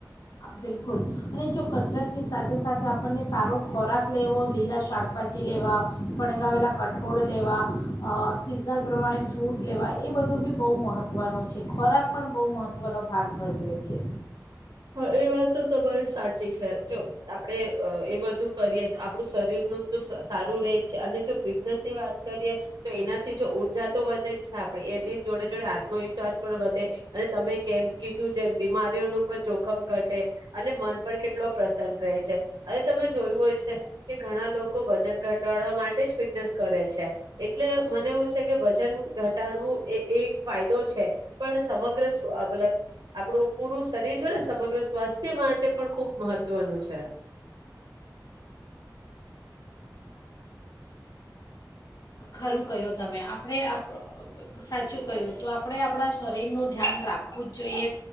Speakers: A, on the left; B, on the right.
A: બિલકુલ અને જો કસરતની સાથે સાથે આપણને સારો ખોરાક લેવો લીલા શાકભાજી લેવા ફણગાવેલા કઠોળ લેવા અ સિઝન પ્રમાણે ફ્રૂટ લેવા એ બધું બી બઉ મહત્ત્વનું છે ખોરાક પણ બઉ મહત્ત્વનો ભાગ ભજવે છે.
B: હા એ વાત તો બલ સાચી છે જો આપ પડે અ એ બધું કરીએ આપડુ શરીરનું તો સારું રહે છે અને જો ફિટનેસની વાત કરીએ તો એનાથી જો ઊર્જા તો વધે જ છે આપડી એની જોડે જોડે આત્મવિશ્વાસ પણ વધે અને તમે કેમ કીધું જેમ બીમારીઓનું કોઈ જોખમ ઘટે અને મન પર કેટલો પ્રસન્ન રહે છે અને તમે જોયું હોય છે કે ઘણા લોકો વજન ઘટાડવા માટે જ ફિટનેસ કરે છે એટલે મને એવું છે કે વજન ઘટાડવું એ એ એક ફાયદો છે પણ સમગ્ર મતલબ આપડુ પુરુષ શરીર છે ને સમગ્ર સ્વાસ્થ્ય માટે પણ ખૂબ મહત્વનું છે.
A: ખરું કહ્યું તમે આપણે આપ સાચું કહ્યું. તો આપડે આપડા શરીરનું ધ્યાન રાખવું જ જોઈએ